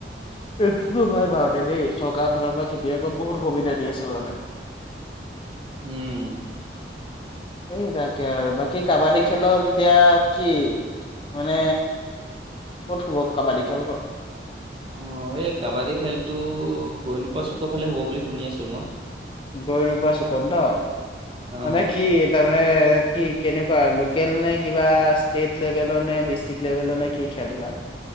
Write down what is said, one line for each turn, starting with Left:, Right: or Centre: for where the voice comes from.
Left: এইটোতো হয় বাৰু দে দেই চৰকাৰ ফালৰ পৰা খেতিয়কক বহুত সুবিধা দি আছে মানে
Right: উম
Left: সেইবিলাকে আৰু বাকী কাবাডী খেলত এতিয়া কি মানে ক'ত হব কাবাডী খেলখন
Right: অ', এই কাবাডী খেলতো গৈ নোপাৱা চুকৰ ফালে হ'ব বুলি শুনি আছো মই।
Left: গৈ নোপোৱা চুকত ন'
Right: অ'।
Left: মানে কি তাৰমানে কি কেনেকুৱা লোকেল নে কিবা ষ্টেট লেভেলৰ নে ডিষ্ টিক লেভেলৰ নে কি খেল বা